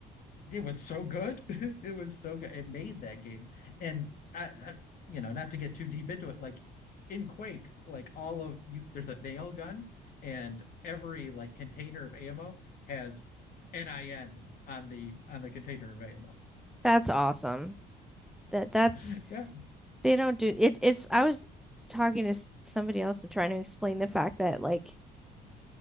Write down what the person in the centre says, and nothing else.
that's awesome. That that's
They don't do it. It's I was talking to somebody else and trying to explain the fact that like